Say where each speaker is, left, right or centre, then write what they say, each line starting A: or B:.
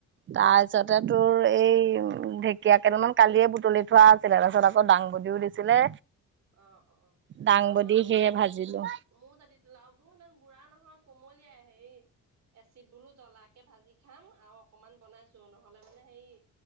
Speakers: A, on the right; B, on the right.
A: তাৰপিছতে তোৰ এই ঢেকীয়া কেইদালমান কালিয়ে বুটলি থোৱা আছিলে তাৰপিছত আকৌ ডাঙৰ বুলিও দিছিলে
B: অ' অ'
A: দাংবদি
B: আমাৰো
A: সেয়ে
B: সেই
A: ভাজিলোঁ।
B: মোৰ মোৰ জাতিলাওটো ইমান বুঢ়া নহয়। কোমলিয়া হেৰী এচিড বোলো জ্বলাকে ভাজি খাম আৰু অকমান বনাইছো নহলে মানে হেৰি